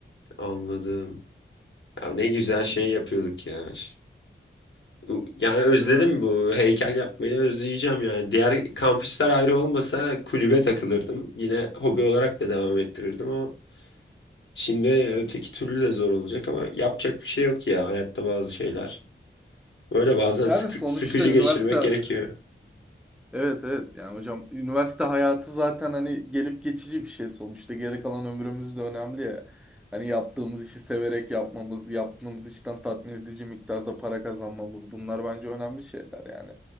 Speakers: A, on the left; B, in the centre.
A: anladım. Ya ne güzel
B: On,
A: şey yapıyorduk ya işte. Bu- Yani özledim
B: değil mi?
A: bu heykel yapmayı özleyeceğim yani. Diğer kampüsler ayrı olmasa kulübe takılırdım. Yine hobi olarak da devam ettirirdim ama Şimdi öteki türlü de zor olacak ama yapacak bir şey yok ya hayatta bazı şeyler. Böyle bazen
B: Yani
A: sıkı-
B: sonuçta
A: sıkıcı
B: üniversite...
A: geçirmek gerekiyor.
B: Evet evet yani hocam üniversite hayatı zaten hani gelip geçici bir şey sonuçta geri kalan ömrümüz de önemli ya. Hani yaptığımız işi severek yapmamız, yaptığımız işten tatmin edici miktarda para kazanmamız bunlar bence önemli şeyler yani.